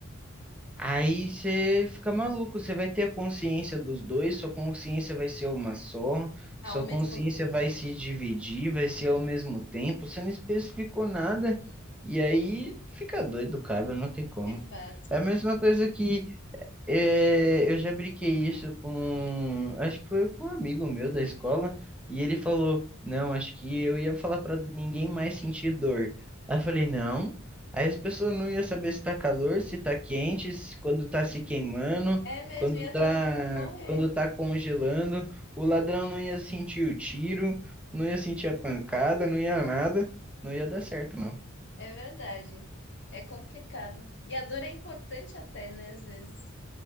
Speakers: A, in the centre; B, on the left.
A: Aí você fica maluco, você vai ter a consciência dos dois, sua consciência vai ser uma só, sua
B: Ao
A: consciência
B: mesmo tempo,
A: vai se dividir, vai ser ao mesmo tempo, você não especificou nada, e aí fica doido, cara, não tem como.
B: de fato.
A: É a mesma coisa que é, eu já brinquei isso com, acho que foi com um amigo meu da escola, e ele falou: Não, acho que eu ia falar pra ninguém mais sentir dor. Aí eu falei: Não. Aí as pessoas não iam saber se tá calor, se tá quente, se- quando tá se queimando,
B: É mesmo,
A: quando
B: ia
A: tá,
B: todo mundo morrer.
A: quando tá congelando. O ladrão não ia sentir o tiro, não ia sentir a pancada, não ia nada, não ia dar certo, não.
B: É verdade. É complicado. E a dor é importante até, né? Às vezes.